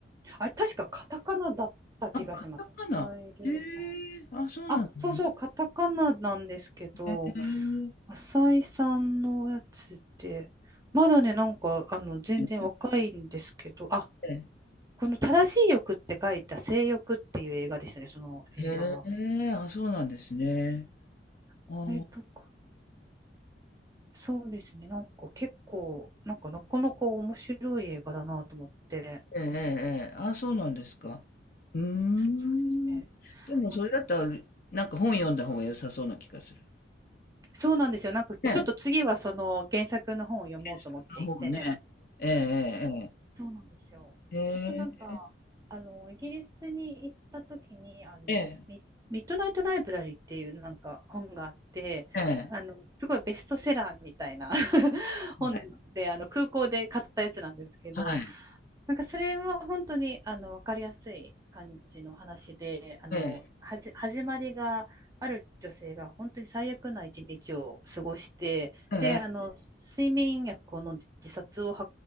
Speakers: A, on the right; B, on the left.
A: あれ、確かカタカナだった気がします。
B: カタカナ。
A: 浅井亮さん。
B: ええあ、そうなんですね。
A: あ、そうそう、カタカナなんですけど、
B: ええって
A: 浅井さんのやつって、まだね、なんか、あの、全然若いんですけど、
B: 言っ
A: あ、
B: て
A: この正しい欲って書いた性欲っていう映画でしたね、その映画は。
B: ええあ、そうなんですね。
A: これとか、
B: あー
A: そうですね、なんか結構、なんかなかなか面白い映画だなと思って。
B: ええええ、ええあ、そうなんですか。うーん。
A: そうですね。
B: でも、
A: あ
B: それだったら、なんか本読んだ方が良さそうな気がする。
A: そうなんですよ。なんかちょっと次はその原作の本を読もうと思っていて、
B: ねえ、検索の方ね。ええ
A: そうなんですよ。
B: ええええ
A: あとなんか、あの、イギリスに行った時に、あの、
B: ええ
A: ミ、ミッドナイトライブラリーっていうなんか本があって、
B: ええ
A: あの、すごいベストセラーみたいな <laughs> 本で、
B: ええ
A: あの、空港で買ったやつなんですけど、
B: はい。
A: なんかそれは本当にあの分かりやすい感じの話で、あのはじ始まりがある女性が本当に最悪な一日を過ごして、
B: ええ、ええええ、
A: で、あの睡眠薬を飲んで自殺を図